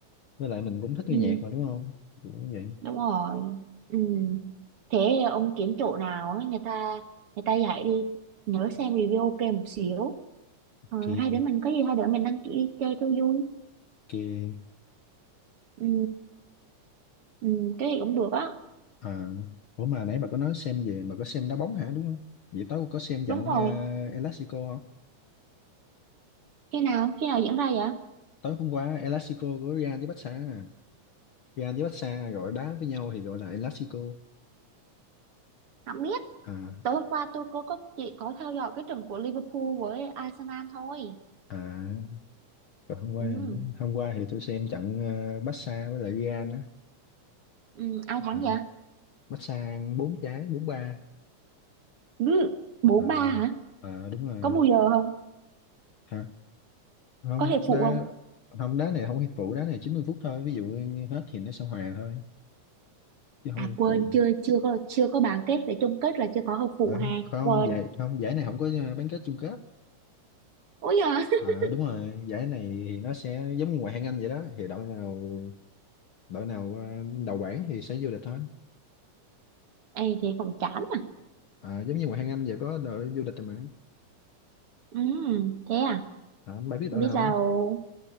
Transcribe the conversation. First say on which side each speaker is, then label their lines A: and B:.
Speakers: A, on the left (about 60°); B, on the right (about 50°).
A: với lại mình cũng thích
B: Ừ,
A: nghe nhạc mà đúng không cũng vậy
B: đúng rồi. Ừ. Thế ông kiếm chỗ nào á, người ta người ta dạy đi, nhớ xem review ok một xíu. Ờ,
A: kia
B: hai đứa mình có gì hai đứa mình đăng ký đi chơi cho vui.
A: kia
B: Ừ, ừ, cái gì cũng được á
A: à ủa mà nãy bà có nói xem về bà có xem đá bóng hả đúng không vậy tối có xem trận
B: đúng rồi
A: uh, Elastico không
B: Khi nào? Khi nào diễn ra vậy?
A: tối hôm qua Elastico của Real với Barca à. Real với Barca gọi đá với nhau thì gọi là Elastico
B: Không biết.
A: à
B: Tối hôm qua tôi có có chỉ có theo dõi cái trận của Liverpool với Arsenal thôi.
A: à còn hôm qua
B: Ừ.
A: hôm qua thì tôi xem trận ờ, Barca với lại Real á
B: Ừ. Ai thắng
A: À,
B: vậy?
A: massage bốn trái bốn ba
B: Ừ. Bốn
A: à,
B: ba hả?
A: à đúng rồi
B: Có bù giờ không?
A: hả không
B: Có hiệp
A: đá
B: phụ không?
A: không đá này không có hiệp phụ đá này 90 phút thôi ví dụ như hết thì nó sẽ hòa thôi chứ không
B: À
A: có hiệp
B: quên,
A: phụ
B: chưa chưa có chưa có bán kết để chung kết là chưa có hợp phụ
A: à,
B: ha.
A: không
B: Quên.
A: giải không giải này không có ờ, bán kết chung kết
B: Ôi giời.
A: à,
B: <laughs>
A: đúng rồi giải này thì nó sẽ giống như ngoại hạng Anh vậy đó thì đội nào đội nào ờ, đầu bảng thì sẽ vô địch thôi
B: Ê thế còn chán à.
A: à, giống như ngoại hạng Anh vậy có đội vô địch rồi mà
B: Ừ, thế à?
A: à, bạn biết đội
B: Không biết
A: nào
B: đâu
A: không